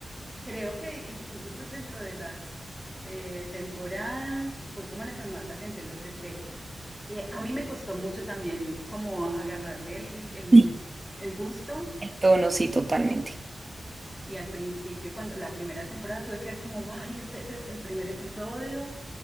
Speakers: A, in the centre; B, on the right.
A: creo que incluso pues dentro de las eh, temporadas fue como la que más atención le presté. Eh, a mí me costó mucho también como agarrarle el, el,
B: Sí.
A: el gusto
B: El tono, sí, totalmente.
A: y al principio, cuando la primera temporada tuve que ver como varias veces el primer episodio,